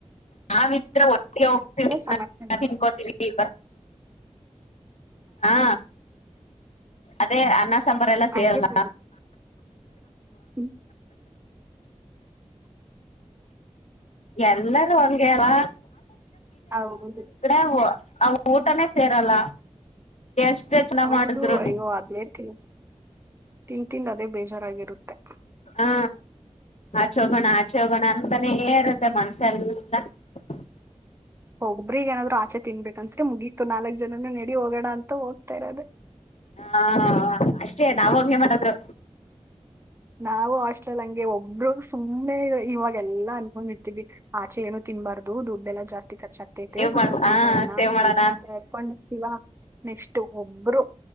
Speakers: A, on the left; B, on the right.
A: ನಾವ ಒಟ್ಟೋಗ
B: ಚೆನ್ನಾಗ್ ತಿಂತಾಳೆ.
A: ತಿನ್ಕತವಿವಿ ಹಾ ಅದೇ ಅನ್ನ ಸಂಂಬರ ಎಲ್ಲ
B: ಹಂಗೆ
A: ಸೇರಲ್ಲ
B: ಸರಿ ಹ್ಮ್
A: ಎಲ್ಲರೂ ಹಗೆ ಅಲ್ಲ
B: ಹೌದು
A: ಆಟ್ ಅವ ಊಟನೇ ಸೇರಲ್ಲ ಎಷ್ಟೇ ಚೆನ್ನ
B: ಹೌದು
A: ಮಾಡಿದ್ರು
B: ಅಯ್ಯೋ ಅದಲೇ ಕೆ ತಿನ್ಂತಿಂದ್ ಅದೇ ಬೇಜಾರಾಗಿರುತ್ತೆ
A: ಹಾ ಆಚೆ ಹೋಗೋಣ ಆಚೆ ಹೋಗೋಣ ಅಂತಾನೇ ಇರುತ್ತೆ ಮನ್ಸ್ಯ ಎಲ್ಲಲ್ಲ ಹ
B: ಹೋಗಬ್ರಿಗ್ ಏನಾದ್ರು ಆಚೆ ತಿನ್ಬೇಕು ಅನ್ಸ್ರರಿ ಮುಗೀತು ನಾಲ್ಕಕ್ ಜನನುೂ ನೆಡಿ ಹೋಗೋಣ ಅಂತ ಹೋಗ್ತಾ ಇರೋದೆ
A: ಹಾ ಅಷ್ಟೇ ನಾವೇ ಮಾಡದ್ರು
B: ನಾವು ಆಸ್ಟ್ಲಲ್ ಹಂಗೆ ಒಬ್ಬರು ಸುಮ್ಮ್ನೆ ಇವಾಗ ಎಲ್ಲಾ ಅನ್ಕೊಂಡ್ ಇಟ್ಟೀವಿ ಆಚೆ ಏನು ತಿನ್ಬಾರು ದುಡ್್ದ ಎಲ್ಲ ಜಾಸ್ತಿ ರ್ತ್ತೈತೆ ಸ್ವಲ್ಪ
A: ಮಾಡ
B: ಸೇವ್
A: ಹಾ
B: ಮಾಡೋಣ
A: ಸೇವ್
B: ಅಂತ
A: ಮಾಡೋಣ
B: ಮಾತ್ರ ಇರ್ಕೊಂಡರ್ತೀವ ನೆಕ್ಸ್ಟ್ ಒಬ್ರು